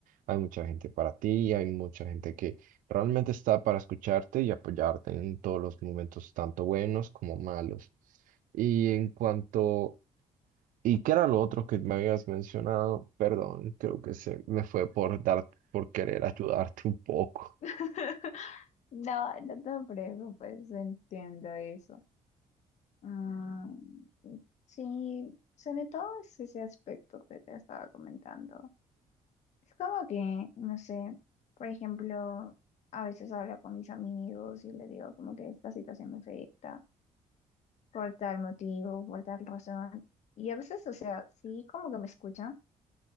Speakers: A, on the right; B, on the left.
A: hay mucha gente para ti, hay mucha gente que realmente está para escucharte y apoyarte en todos los momentos, tanto buenos como malos. Y en cuanto... ¿Y qué era lo otro que me habías mencionado? Perdón, creo que se me fue por dar, por querer ayudarte un poco.
B: <laughs> No, no te preocupes, entiendo eso. Ah, sí, sobre todo es ese aspecto que te estaba comentando. Es como que, no sé, por ejemplo, a veces hablo con mis amigos y les digo como que esta situación me afecta por tal motivo, por tal razón. Y a veces, o sea, sí, como que me escuchan,